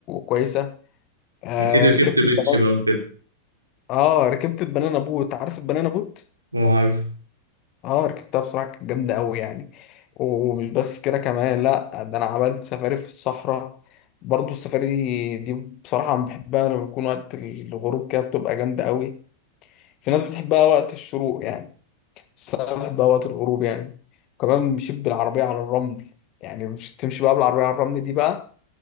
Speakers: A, on the left; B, on the right.
A: كويسه آه
B: أكيد ركبت
A: ركبت
B: بيتش
A: البنانا
B: بقى وكده
A: اه ركبت البنانا بوت عارف البنانا بوت
B: هو عارف
A: اه ركبتها بصراحة كانت جامدة أوي يعني ومش بس كده كمان لأ ده أنا عملت سفاري في الصحراء برضو السفاري دي, دي بصراحة أنا بحبها لما بيكون وقت الغروب كده بتبقى جامدة أوي في ناس بتحبها وقت الشروق يعني بس أنا بحبها وقت الغروب يعني وكمان مشيت بالعربية على الرمل يعني مش تمشي بقى بالعربية على الرمل دي بقى